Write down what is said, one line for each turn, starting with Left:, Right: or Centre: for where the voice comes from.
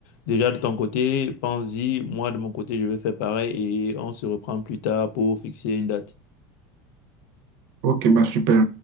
Left: déjà, de ton côté, pense-y. Moi, de mon côté, je vais faire pareil et on se reprend plus tard pour fixer une date.
Right: Ok, bah super.